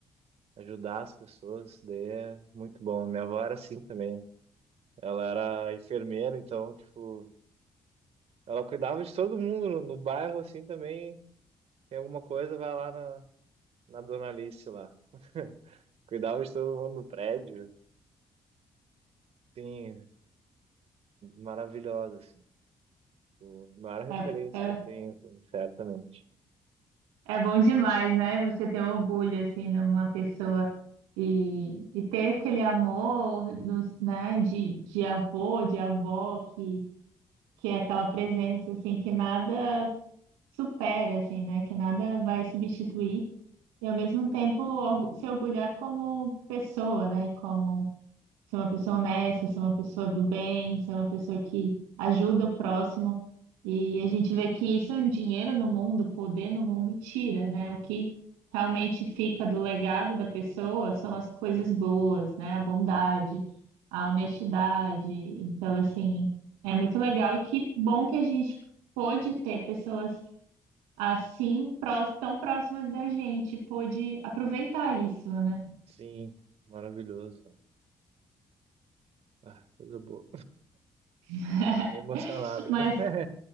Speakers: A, on the right; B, on the right.
A: ajudar as pessoas, isso daí é muito bom. Minha avó era assim também. Ela era enfermeira, então, tipo, ela cuidava de todo mundo no, no bairro, assim, também. Tem alguma coisa, vai lá na, na Dona Alice lá. Cuidava de todo mundo no prédio, sim, maravilhosa, assim. Tipo, A maior referência
B: É, é,
A: que eu tenho, assim, certamente.
B: é bom demais, né? Você ter orgulho assim numa pessoa e, e ter aquele amor nos, né, de, de avô, de avó, que, que é aquela presença assim que nada supera, assim, né? Que nada vai substituir. E ao mesmo tempo orgu- se orgulhar como pessoa, né? Como ser uma pessoa honesta, ser uma pessoa do bem, ser uma pessoa que ajuda o próximo. E a gente vê que isso, um dinheiro no mundo, poder no mundo tira, né? O que realmente fica do
A: Uhum.
B: legado da pessoa são as coisas boas, né? A bondade, a honestidade. Então, assim, é muito legal e que bom que a gente pôde ter pessoas assim, prós- tão próximas da gente, pôde aproveitar isso, né?
A: Sim, maravilhoso. Ah, coisa boa.
B: <laughs>
A: Fiquei emocionado.
B: Mas
A: né? <laughs>